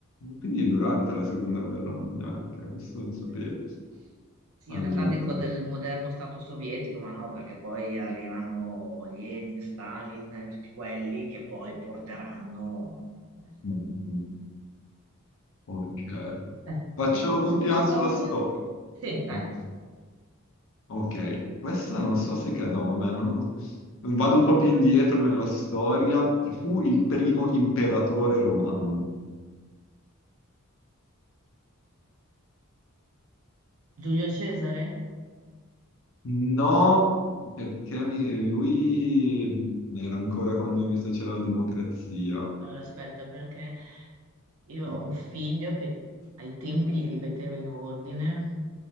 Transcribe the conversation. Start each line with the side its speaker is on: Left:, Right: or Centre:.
Left: Quindi durante la seconda guerra mondiale, ok, questo non sapevo.
Right: Eh sì. Sì,
Left: Allora,
Right: in realtà dico del moderno Stato sovietico, ma no, perché poi arrivano Lenin, Stalin, eh, tutti quelli che poi porteranno una città
Left: mm,
Right: del moderno
Left: mm,
Right: Stato.
Left: ok.
Right: Beh,
Left: Faccio
Right: altre due
Left: continuare
Right: di storia?
Left: sulla storia.
Right: Sì, dai.
Left: Ok. Ok, questa non so se che... No, vabbè, non... non- vado un po' più indietro nella storia. Chi fu il primo imperatore romano?
Right: Giulio Cesare?
Left: No, perché mi- lui era ancora quando mi sa c'era la democrazia.
Right: Allora, aspetta, perché io ho un figlio che ai tempi li ripeteva in ordine,